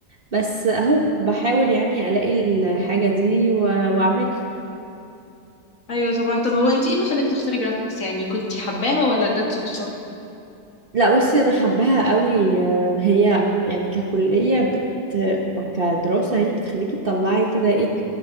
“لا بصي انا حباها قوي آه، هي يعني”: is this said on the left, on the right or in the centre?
Right